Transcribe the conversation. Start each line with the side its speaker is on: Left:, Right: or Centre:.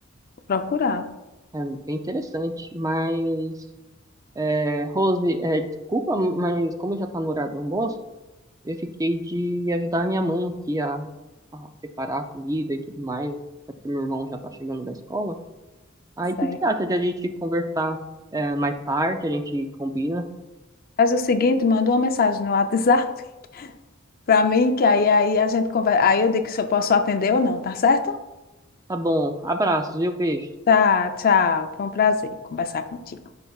Left: Vou procurar.
Right: é bem interessante. Mas, é, Rose, é, desculpa, mas como já está no horário do almoço, eu fiquei de ajudar minha mãe aqui a, a preparar a comida e tudo mais, até porque meu irmão já está chegando da escola. Aí,
Left: Tá Certo.
Right: o que que você acha de a gente conversar, é, mais tarde? A gente combina.
Left: Faz o seguinte, manda uma mensagem no WhatsApp <laughs> para mim, que aí, aí a gente conversa. Aí eu digo se eu posso atender ou não, tá certo?
Right: Tá bom, abraços, viu? Beijo.
Left: Tá, tchau. Foi um prazer conversar contigo.